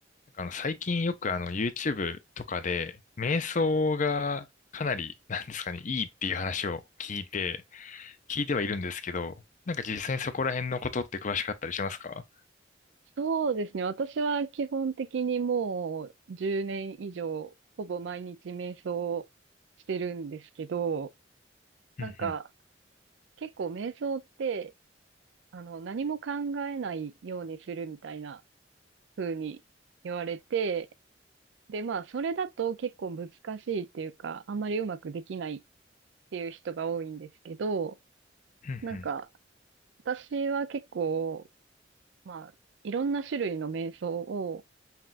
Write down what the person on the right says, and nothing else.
そうですね。私は基本的にもう10年以上、ほぼ毎日瞑想をしてるんですけど、なんか
結構瞑想って、あの、何も考えないようにするみたいな風に言われて、で、まあ、それだと結構難しいっていうか、あんまりうまくできないっていう人が多いんですけど、
なんか、私は結構、まあ、いろんな種類の瞑想を